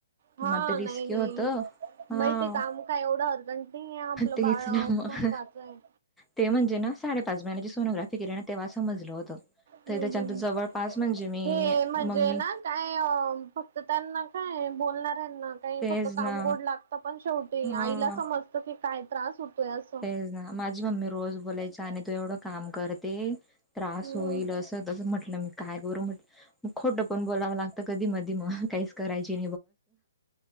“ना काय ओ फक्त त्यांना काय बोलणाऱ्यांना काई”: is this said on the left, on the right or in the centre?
Right